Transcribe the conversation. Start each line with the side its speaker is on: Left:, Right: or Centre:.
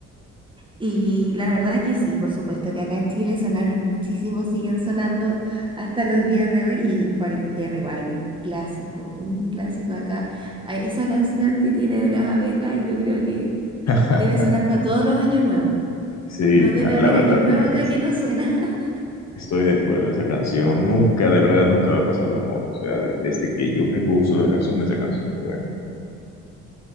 Right: Y la verdad que sí, por supuesto que acá en Chile sonaron muchísimo, siguen sonando hasta los días de hoy. Y Juan Luis Guerra igual, un clásico, un clásico acá. A Esa canción que tiene de las abejas, yo creo que
Left: <laughs>
Right: debe sonar para todos los años nuevos.
Left: Sí,
Right: No debe
Left: la,
Right: haber
Left: la verdad,
Right: año nuevo
Left: la
Right: acá
Left: que es-
Right: que no suena. <laughs>
Left: estoy de acuerdo. Esa canción nunca, de verdad, nunca va a pasar de moda. O sea, de- desde que yo tengo uso de razón, esa canción suena.